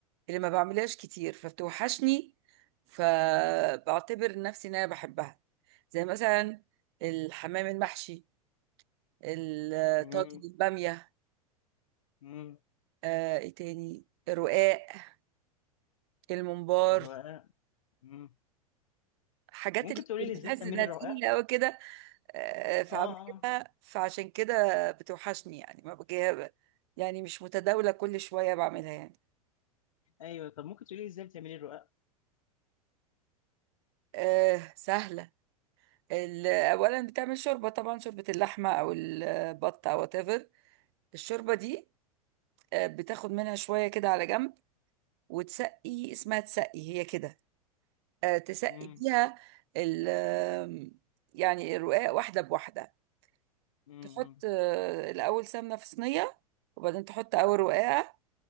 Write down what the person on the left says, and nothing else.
امم
امم
الرقاق امم
ممكن
تقولي
لي ازاي بتعملي
الرقاق
اه اه
ايوه طب ممكن تقولي لي ازاي بتعملي الرقاق
امم
امم